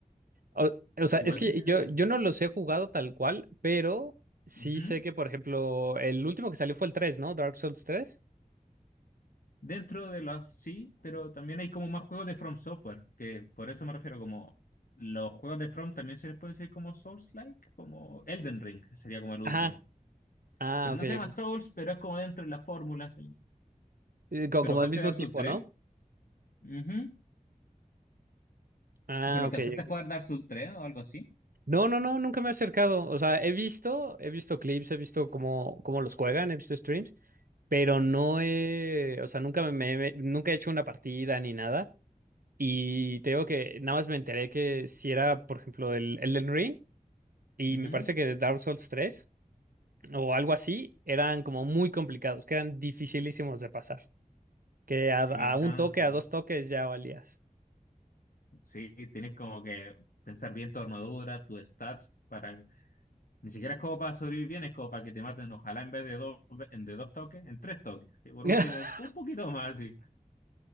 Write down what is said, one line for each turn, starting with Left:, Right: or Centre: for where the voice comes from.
Right: O, o sea,
Left: Igual
Right: es que
Left: tienes
Right: yo,
Left: lugar.
Right: yo no los he jugado tal cual, pero sí
Left: Ujú.
Right: sé que, por ejemplo, el último que salió fue el 3, ¿no? Dark Souls tres.
Left: Dentro de los sí, pero también hay como más juegos de From Software, que por eso me refiero como los juegos de From también se les puede decir como Souls-like, como Elden Ring, que sería como el último.
Right: Ajá. Ah,
Left: Pero
Right: ok,
Left: no se llama
Right: ok.
Left: Souls, pero es como dentro de las fórmulas
Right: Eh, co-
Left: Pero
Right: Como,
Left: jugaste
Right: del mismo
Left: Dark
Right: tipo,
Left: Souls tres,
Right: ¿no?
Left: Ujú.
Right: Ah,
Left: Pero alcanzaste
Right: ok.
Left: a
Right: ok.
Left: jugar Dark Souls tres o algo así.
Right: No, no, no, nunca me he acercado. O sea, he visto, he visto clips, he visto cómo, cómo los juegan, he visto streams, pero no he, o sea, nunca me, me- nunca he hecho una partida ni nada. Y te digo que nada más me enteré que si era, por ejemplo, el Elden Ring y
Left: Ujú.
Right: me parece que Dark Souls 3. o algo así, eran como muy complicados, que eran dificilísimos de pasar. Que a,
Left: Sí,
Right: a
Left: son-
Right: un toque, a dos toques ya valías.
Left: sí, tienes como que pensar bien tu armadura, tus stats, para ni siquiera es como para sobrevivir bien, es como para que te maten, ojalá en vez de dos, en de dos toques, en tres toques. Y por
Right: <laughs>
Left: último, un, un poquito más, sí.